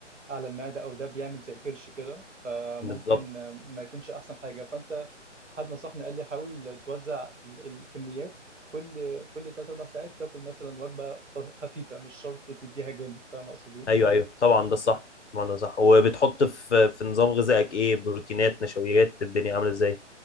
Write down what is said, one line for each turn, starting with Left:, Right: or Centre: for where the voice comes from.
Right: على المعدة أو ده بيعمل زي كرش كده فممكن
Left: بالظبط
Right: آه، ما يكونش أحسن حاجة فأنت حد نصحني قال لي حاول توزع ال- الكميات كل كل تلات أربع ساعات تاكل مثلا وجبة خفيفة مش شرط تديها جامد فاهم أقصد إيه؟
Left: ايوه ايوه طبعا ده الصح طبعا ده صح وبتحط في في نظام غذائك ايه بروتينات نشويات الدنيا عامله ازاي